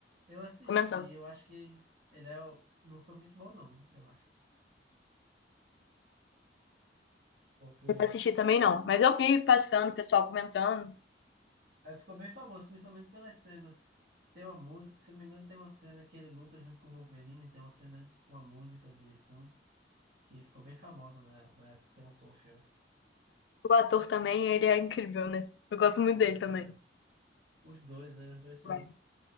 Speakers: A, on the right (about 60°); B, on the left (about 70°).
A: eu assisti,
B: comentando.
A: eu acho que ele é, o- não foi muito bom, não, eu acho. Porque
B: Assisti também não, mas eu vi passando, o pessoal comentando.
A: Aí ficou bem famoso, principalmente pelas cenas. Se Tem uma música, se eu não me engano, tem uma cena que ele luta junto com o Wolverine, tem uma cena, com uma música de fundo, que ficou bem famosa na, na época que lançou o filme.
B: O ator também, ele é incrível, né? Eu gosto muito
A: Não
B: dele
A: é verdade?
B: também.
A: Os dois, né? Os dois são.
B: Ryan.